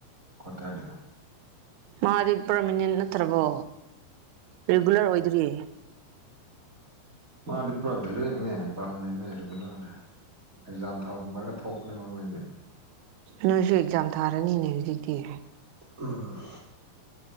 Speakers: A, on the right (about 50°); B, on the right (about 90°).
A: ꯀ꯭ꯋꯥꯇꯔꯗꯩ
B: ꯃꯥꯗꯤ ꯄꯔꯃꯤꯅꯦꯟ ꯅꯠꯇ꯭ꯔꯕꯣ ꯔꯤꯒꯨꯂꯔ ꯑꯣꯏꯗ꯭ꯔꯤ
A: ꯃꯥꯗꯤ ꯄꯨꯔꯥ ꯙꯦꯔꯦꯛꯅꯦ ꯄꯥꯔꯃꯥꯅꯦꯟꯅꯦ ꯔꯤꯒꯨꯂꯔꯅꯦ ꯑꯦꯛꯖꯥꯝ ꯊ ꯈꯃꯔꯒ ꯊꯣꯛꯄꯅꯦꯕ ꯃꯣꯏꯗꯤ
B: ꯅꯣꯏꯁꯨ ꯑꯦꯛꯖꯥꯝ ꯊꯥꯔꯅꯤꯅꯦ ꯍꯧꯖꯤꯛꯇꯤ
A: ꯎꯝ